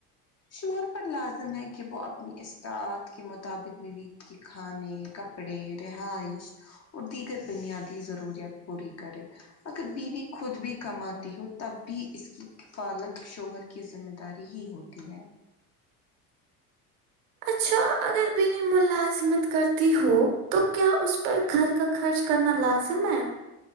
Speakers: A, on the left; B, on the right.
A: شور پر لازم ہے کہ وہ اپنی استاعد کے مطابق بیوی کے کھانے کپ ڑے رہائش اور دیگر بنیادی ضروریات پوری کرے اگر بیوی خود بھی کمات ہو تب بھی اس کی کفالت شوہر کی ذمہ داری ہی ہوتی ہے
B: اچھا اگر بیوی ملازمت کرتی ہو تو کیا اس پر گھر کا خرچ کرنا لازم ہے